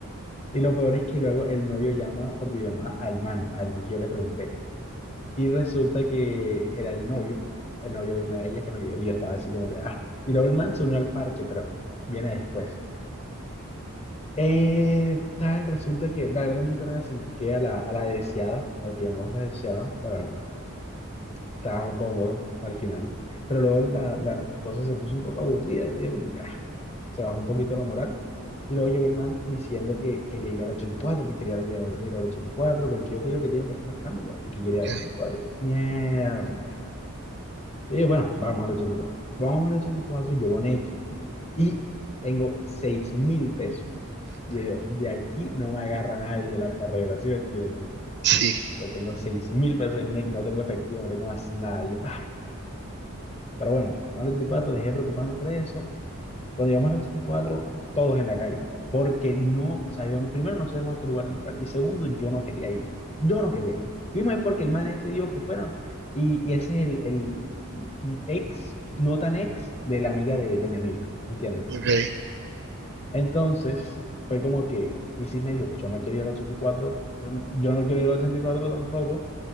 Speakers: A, on the left; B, on the right.
A: Y lo peor es que luego el novio llama por videollamada al man, al man que yo le pregunté. Y resulta que era el novio, el novio de una de ellas con la que yo, y yo estaba así como que, ah, y luego el man se unió al parche, pero viene después. Eh, tal, resulta que la verdad nunca me la acerqué a la, a la deseada, para que llamamos la deseada, la verdad. Estaba cómodo al final, pero luego la, la cosa se puso un poco aburrida, yo digo como que, ah, se bajó un poquito la moral. Y luego llegó el man diciendo que quería ir al 84, que quería ir, ir al 84, con el que yo te digo que tiene el perfume escándalo, el que quiere
B: ok,
A: ir al 84. Y cuatro. Y yo, Mierda. Y yo, bueno, vamos al ochenta y cuatro Vamos al ochenta y cuatro y yo con X. Y tengo seis mil pesos. Y yo digo, de aquí no me agarra nadie la carrera, ¿sí me entiendes?
B: sí,
A: Yo tengo seis mil pesos en X, no tengo efectivo, no tengo más nada. Y yo, ah. Pero bueno, al 84 dejé de preocuparme por eso. Cuando llegamos al 84, todos en la calle, porque no sabíamos, primero no sabíamos a qué lugar entrar, y segundo, yo no quería ir, yo no quería ir. Vimos es porque el man decidió que fueran, y, y ese es el, el ex, no tan ex, de la amiga de, de mi amiga, ¿entiendes?
B: ok.
A: Entonces, fue como que, y sí me dijo, yo no quiero ir al 84, yo no quiero ir al 84 tampoco,